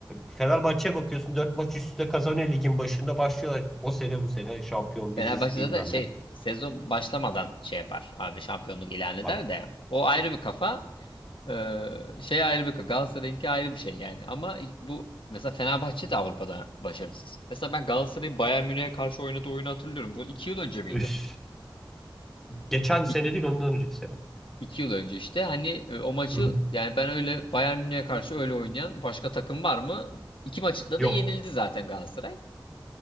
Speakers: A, in the centre; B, on the left.
A: Fenerbahçe'ye bakıyorsun 4 maç üst üste kazanıyor ligin başında başlıyorlar. O sene bu sene şampiyon
B: Fenerbahçe'de
A: biziz bilmem
B: de şey
A: ne.
B: sezon başlamadan şey yapar. Abi şampiyonluk ilan eder
A: Abi,
B: de. O ayrı bir kafa. Ee, şey ayrı bir kafa. Galatasaray'ınki ayrı bir şey yani. Ama bu mesela Fenerbahçe de Avrupa'da başarısız. Mesela ben Galatasaray'ın Bayern Münih'e karşı oynadığı oyunu hatırlıyorum. Bu iki yıl önce miydi?
A: üf. Geçen sene
B: İ-
A: değil ondan önceki sene.
B: iki yıl önce işte. Hani e, o maçı
A: Hı?
B: yani ben öyle Bayern Münih'e karşı öyle oynayan başka takım var mı? İki maçta
A: Yok.
B: da yenildi zaten Galatasaray.